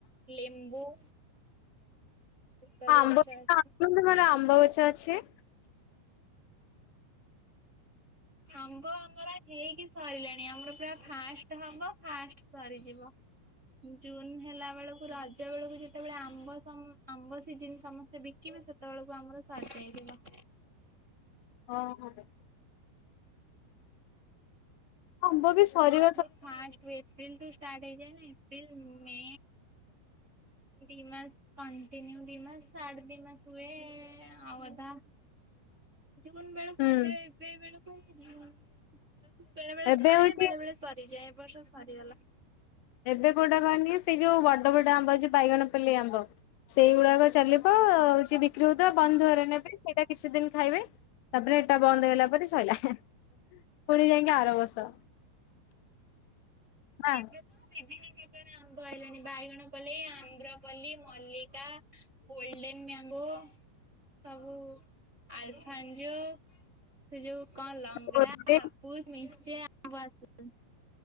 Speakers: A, on the right (about 30°); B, on the left (about 80°).
A: ଲେମ୍ବୁ ଏସବୁ
B: ଆମ୍ବ
A: ଗଛ ଅଛି।
B: <inaudible> ଆମ୍ବ ଗଛ ଅଛି।
A: ଆମ୍ବ ଆମର ହେଇକି ସରିଲାଣି ଆମର ପୁରା ଫାଷ୍ଟ ହବ ଫାଷ୍ଟ ସରିଯିବ। ଜୁନ୍ ହେଲା ବେଳକୁ ରଜ ବେଳକୁ ଯେତେବେଳେ ଆମ୍ବ ସମ୍ ଆମ୍ବ ସିଜନ୍ ସମସ୍ତେ ବି କିବେ ସେତେବେଳକୁ ଆମର ସରିଯାଇଥିବ।
B: ହଁ ହଁ ବେ ଆମ୍ବ ବି ସରି
A: ମୋ ଫାଷ୍ଟ ଏପ୍ରିଲ ଠୁ ଷ୍ଟାର୍ଟ ହେଇଯାଏ ନାଇ ଏପ୍ରିଲ ମେ ଦି ମାସ୍ କଣ୍ଟିନ୍ୟୁ ଦି ମାସ୍ ଆଠ ଦି ମାସ୍ ହୁଏ ଆଉ ଅଧା ଜୁନ୍ ବେଳକୁ
B: ହୁଁ।
A: ଏବେ ଏବେ ବେଳକୁ ଯିବ ବେଳକୁ ବେଳେ ବଳେ
B: ଏବେ
A: ଥାଏ
B: ହଉଛି
A: ବେଳେ ବେଳେ ସରିଯାଏ ଏ ବର୍ଷ ସରିଗଲା।
B: ଏବେ କୋଉଟା କହନି ସେଇ ଯୋଉ ବଡ ବଡ ଆମ୍ବ ଯଉ ବାଇଗଣପଲ୍ଲି ଆମ୍ବ। ସେଇଗୁଡାକ ଚାଲିବ ହଉଛି ବିକ୍ରି ହଉଥିବ
A: ହଁ।
B: ବନ୍ଧରେ ନେବେ। ସେଇଟା କିଛି ଦିନି ଖାଇବେ ତାପରେ ହେଟା ବନ୍ଦ ହେଲା ପରେ ସଇଲା ହେଁ। ପୁଣି ଯାଇକି ଆର ବର୍ଷ। ନା
A: ଏବେ ତ <unintelligible> ଆମ୍ବ ଆଇଲାଣି ବାଇଗଣ ପଲେଇ Amrapali, Mallika, golden mango ସବୁ ଆଲଫାଞ୍ଜୋ ସେ ଯୋଉ କଣ ଲଙ୍ଗଡା
B: ଗୋଲଡେନ
A: ହା ପୁସ ମିଞ୍ଚେ ଆମ୍ବ <unintelligible>